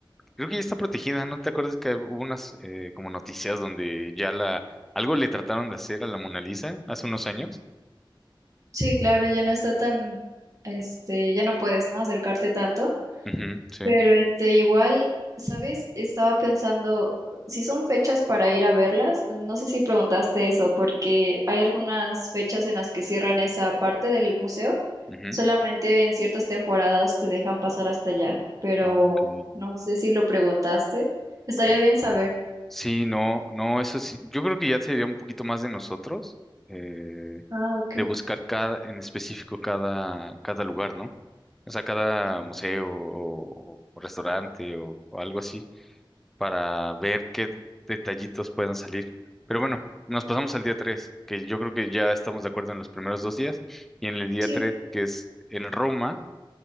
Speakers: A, in the centre; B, on the right.
A: Creo que ya está protegida, ¿no te acuerdas que hubo unas eh, como noticias donde ya la algo le trataron de hacer a la Mona Lisa hace unos años?
B: sí, claro, ya no está tan, este, ya no puedes, ¿no? Acercarte tanto.
A: Ujú, sí.
B: Pero este, igual, ¿sabes? Estaba pensando si son fechas para ir a verlas. No sé si preguntaste eso, porque hay algunas fechas en las que cierran esa parte del museo.
A: ujú.
B: Solamente en ciertas temporadas te dejan pasar hasta allá, pero
A: Ah, Ok.
B: no sé si lo preguntaste. Estaría
A: Mm.
B: bien saber.
A: Sí, no, no, eso sí. Yo creo que ya sería un poquito más de nosotros eh,
B: Ah, ok.
A: de buscar cada, en específico cada, cada lugar, ¿no? O sea, cada museo o, o restaurante o o algo así. para ver qué detallitos puedan salir. Pero bueno, nos pasamos al día 3, que yo creo que ya estamos de acuerdo en los primeros dos días. Y en el día
B: Sí.
A: 3, que es en Roma,